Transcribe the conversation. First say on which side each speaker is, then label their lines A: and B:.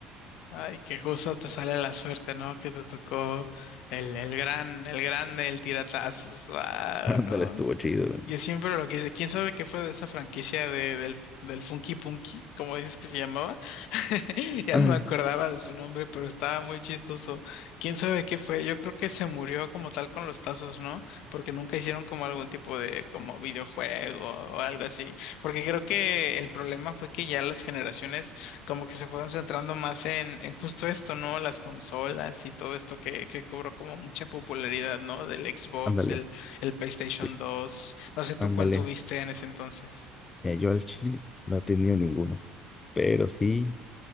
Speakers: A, on the left (about 70°); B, on the left (about 25°).
A: Ay, que justo te sale la suerte, ¿no? Que te tocó el, el gran, el grande, el tiratazos. Wow,
B: <laughs> Ándale,
A: no.
B: estuvo chido. ¿no?
A: Yo siempre lo quise. ¿Quién sabe qué fue de esa franquicia de, del, del Funky Punky, como dices que se llamaba? <laughs> Ya
B: Ándale,
A: no me acordaba de su nombre, pero estaba muy chistoso. ¿Quién sabe qué fue? Yo creo que se murió como tal con los tazos, ¿no? Porque nunca hicieron como algún tipo de como videojuego o algo así. Porque creo que el problema fue que ya las generaciones como que se fueron centrando más en, en justo esto, ¿no? Las consolas y todo esto que, que cobró como mucha popularidad, ¿no? Del Xbox,
B: ándale,
A: el PlayStation
B: Luis,
A: 2. No sé tú
B: ándale.
A: cuál tuviste en ese entonces.
B: Mira, yo al chile no he tenido ninguno, pero sí,